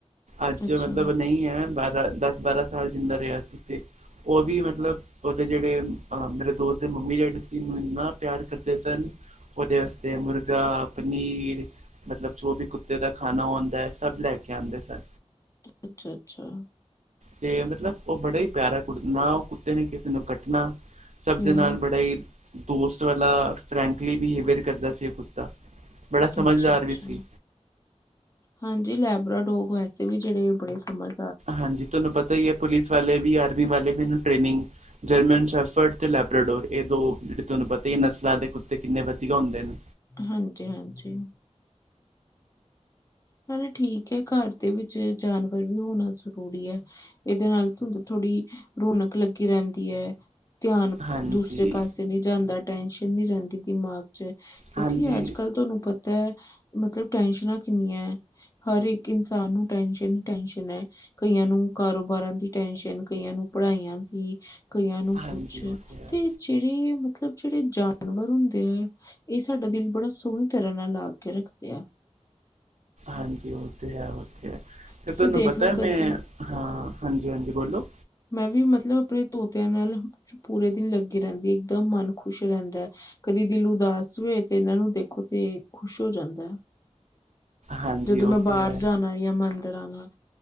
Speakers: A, on the right; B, on the left.
A: ਅੱਜ
B: ਅੱਛਾ,
A: ਮਤਲਬ ਨਹੀਂ ਹੈ ਬਾਰਾਂ, ਦੱਸ-ਬਾਰਾਂ ਸਾਲ ਜਿੰਦਾ ਰੇਆ ਸੀ ਉਥੇ, ਓ ਵੀ ਮਤਲਬ ਓਦੇ ਜੇੜੇ ਅ ਮੇਰੇ ਦੋਸਤ ਮੰਮੀ ਡੇਡੀ ਸੀ ਉਨੂੰ ਇੰਨਾ ਪੇਆਰ ਕਰਦੇ ਸਨ। ਓਦੇ ਅਸਤੇ ਮੁਰਗਾ, ਪਨੀਰ ਮਤਲਬ ਜੋ ਵੀ ਕੁਤ ਤੇ ਦਾ ਖਾਨਾ ਹੁੰਦੈ, ਸਬ ਲੈ ਕੇ ਆਂਦੇ ਸਨ।
B: ਅੱਛਾ, ਅੱਛਾ।
A: ਤੇ ਮਤਲਬ ਓ ਬੜਾ ਈ ਪੇਆਰਾ ਕੁੜ, ਨਾ ਓ ਕੁੱਤੇ ਨੇ ਕਿਸੀ ਨੂੰ ਕੱਟਨਾ ਸਬ
B: ਹੂੰ,
A: ਦੇ ਨਾਲ ਬੜਾ ਈ, ਦੋਸਤ ਵਾਲਾ, ਫਰੈਂਕਲੀ ਬਿਹੇਵੀਅਰ ਕਰਦਾ ਸੀ ਓ ਕੁੱਤਾ। ਬੜਾ ਸਮਝਦਾਰ
B: ਅੱਛਾ, ਅੱਛਾ,
A: ਵੀ ਸੀ।
B: ਹਾਂਜੀ ਲੈਬਰਾ ਡੋਗ ਵੈਸੇ ਵੀ ਜੇੜੇ ਬੜੇ ਸਮਜ
A: ਹਾਂਜੀ ਤੂਆਨੂੰ ਪਤਾ ਈ ਐ ਪੁਲਿਸ ਵਾਲੇ ਵੀ, ਆਰਮੀ ਵਾਲੇ ਵੀ, ਐਨੂ ਟ੍ਰੇਨਿਗ ਜਰਮਨ ਸੈਫਰਡ ਤੇ ਲੈਬ ਰਾਡੋਰ ਏ ਦੋ, ਜੇੜੇ ਤੂਆਨੂੰ ਪਤਾ ਈ ਏ, ਨਸਲਾਂ ਦੇ ਕੁੱਤੇ ਕਿੰਨੇ ਵਦੀਆ ਹੁੰਦੇ ਨੇ।
B: ਹਾਂਜੀ, ਹਾਂਜੀ। ਚੱਲੋ ਠੀਕ ਹੈ, ਘਾਰ ਦੇ ਵਿੱਚ ਜਾਨਵਰ ਵੀ ਹੋਨਾ ਜ਼ਰੂਰੀ ਐ। ਏਦੇ ਨਾਲ ਤੂਂਦ ਥੋੜੀ ਰੌਨਕ ਲੱਗੀ ਰੈਂਦੀ ਐ। ਧੇਆਨ
A: ਹਾਂਜੀ
B: ਦੂਸਰੇ
A: ਹਾਂਜੀ
B: ਪਾਸੇ ਨੀ ਜਾਂਦਾ, ਟੈਨਸ਼ਨ ਨੀ ਰੈਂਦੀ ਦਿਮਾਗ ਕਿਉਂਕਿ
A: ਹਾਂਜੀ
B: ਅਜ-ਕਲ ਤੂਆਨੂੰ ਪਤਾ ਐ, ਮਤਲਬ ਟੈਨਸ਼ਨਾਂ ਕਿੰਨੀਐ ਹਰ ਇੱਕ ਇਨਸਾਨ ਨੂੰ ਟੈਨਸ਼ਨ ਈ ਟੈਨਸ਼ਨ ਐ। ਕਈਆਂ ਨੂੰ ਕਾਰੋਬਾਰਾਂ ਦੀ ਟੈਨਸ਼ਨ, ਕਈਆਂ ਨੂੰ ਪੜਾਈਆਂ ਦੀ, ਕਈਆਂ ਨੂੰ
A: ਹਾਂਜੀ
B: ਕੁੱਛ
A: ਉਹ ਹੈ
B: ਤੇ ਜੇੜੇ ਮਤਲਬ ਜੇੜੇ ਜਾਨਵਰ ਹੁੰਦੇ ਐ ਏ ਸਾਡਾ ਦਿਲ ਬੜਾ ਸੋਣੀ ਤਰਾਂ ਨਾਲ ਲਾ ਕੇ ਰੱਖਦੇ ਆ।
A: ਹਾਂਜੀ, ਓ ਤੇ ਹੈ, ਓ ਤੇ ਹੈ, ਤੇ
B: ਤੁਸੀਂ
A: ਤੂਆਨੂੰ
B: ਦੇਖਣਾ
A: ਪਤੈ
B: ਕਦੀ
A: ਮੈਂ ਹਾਂ ਹਾਂਜੀ, ਹਾਂਜੀ ਬੋਲੋ।
B: ਮੈਂ ਵੀ ਮਤਲਬ ਅਪਨੇ ਤੋਤੇਆਂ ਨਾਲ ਪੂਰੇ ਦਿਨ ਲੱਗੀ ਰੈਂਦੀ, ਇੱਕਦਮ ਮਨ ਖੁਸ਼ ਰੈਂਦੈ। ਕਦੀ ਦਿਲ ਉਦਾਸ ਹੋਵੇ ਤੇ ਏਨਾਂ ਨੂੰ ਦੇਖੋ ਤੇ ਖ਼ੁਸ਼ ਹੋ ਜਾਂਦੈ।
A: ਹਾਂਜੀ
B: ਜਦੋਂ
A: ਉਹ
B: ਮੈਂ
A: ਤੇ
B: ਬਾਰ
A: ਹੈ
B: ਜਾਨਾ ਯਾ ਮੈਂ ਅਂਦਰ ਆਨਾ,